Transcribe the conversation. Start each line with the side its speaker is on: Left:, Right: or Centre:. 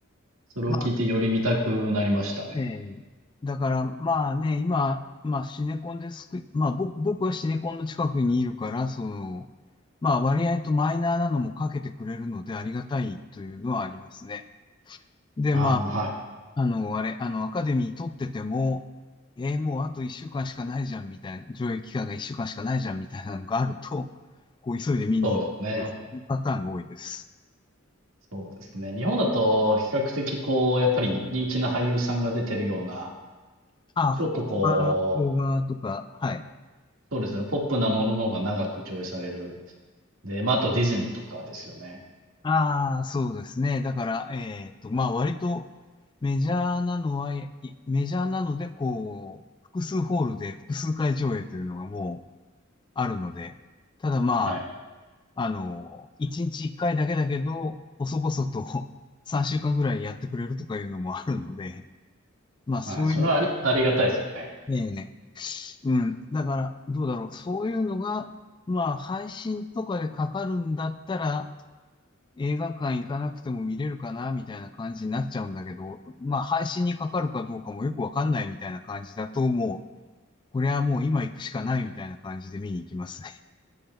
Right: それを聞いてより見たくなりましたね。
Left: まあ、ええ。だから、まあね、今、まあシネコンですく、まあぼ僕はシネコンの近くにいるから、その、まあ割合とマイナーなのもかけてくれるのでありがたいというのはありますね。で、
Right: ああ、
Left: まあ、
Right: はい。
Left: あの、あれ、あの、アカデミー取ってても、えーもうあと1週間しかないじゃんみたいな、上映期間が1週間しかないじゃんみたいなのがあると、こう急いで見に行くっていう、
Right: そうですね。
Left: そういうパターンが多いです。
Right: そうですね。日本だと比較的こう、やっぱり人気な俳優さんが出てるような、
Left: あ、ほ邦画、
Right: ちょっとこう、
Left: 邦画とか、はい。
Right: そうですね、ポップなものの方が長く上映される。で、まあ、あとディズニーとかですよね。
Left: ああ、そうですね。だから、えっと、まあ、割とメジャーなのは、いメジャーなので、こう、複数ホールで複数回上映というのがもうあるので、ただま
Right: はい。
Left: あ、あの、1日1回だけだけど、細々と <laughs> 3週間ぐらいやってくれるとかいうのもあるので、まあ、そういう、
Right: はい。それはあり、ありがたいですね。
Left: ね、うん。だから、どうだろう。そういうのが、まあ、配信とかでかかるんだったら、映画館行かなくても見れるかなみたいな感じになっちゃうんだけど、まあ配信にかかるかどうかもよくわかんないみたいな感じだと、もう、これはもう今行くしかないみたいな感じで見に行きますね。